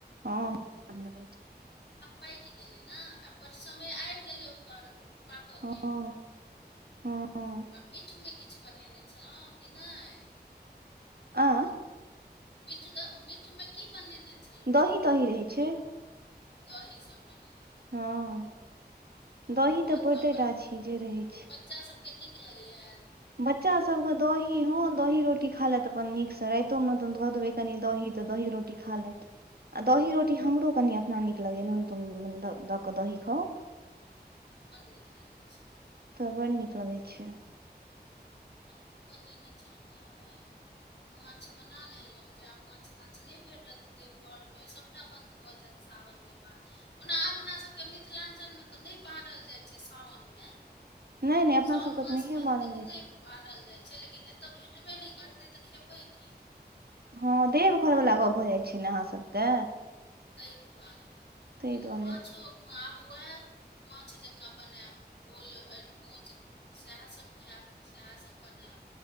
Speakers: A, on the right; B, on the left.
A: हॅं स्वाद लगै छैय।
B: पकि गेलै नहि आ पर समय आबि गेलै ओकर। पाकके
A: हँ
B: और
A: हँ
B: मीठमे किछ बनेने छलहुँ कि नहि?
A: आँ
B: मीठग मीठमे की बनेने छलौं?
A: दही तही रहै छैय।
B: दही सब रहै
A: हॅं दही
B: छै
A: तऽ पौरते
B: ब
A: टा छी जे रहै छैय।
B: बच्चा सभके नीक लगैया?
A: बच्चा सबके दही हँ दही रोटी खा लेत अपन नीकसे, राइतो मे तऽ द देबै कनि दही तऽ दही रोटी खा लेत। आ दही रोटी हमरो कनि अपना नीक लगैए नून तून दऽ कऽ दही खाउ <inaudible>
B: बड़ नीक लगै छै।
A: तऽ बड नीक लगै छै।
B: हमु बनेने छलहुँए उहे माछ बन
A: <inaudible>
B: जे आब माछ ताछ नहि भेटत देवघरमे सभटा बन्द भऽ जेत सावनके बाद ओना अपनासभके मिथिलांचल मे तऽ नहि बारल जाइ छै साओनमे
A: नहि नहि अपना
B: साओन
A: सबके
B: मासमे
A: तऽ नहिए
B: एतेक
A: मानल जाइ
B: नैह बारल जाइ छै लेकिन एतय भेटबे नहि करतै तऽ खेबै की।
A: छै हँ देवघर वला गप भऽ जाइ छै ने अहाँ सबके।
B: तही दुआरे
A: ताहि
B: लेकिन
A: दुआरे
B: माछो आब वैह माछ जकाँ बनेब ओल एरकोंच सएहसभ खायब सएहसभ बनैब।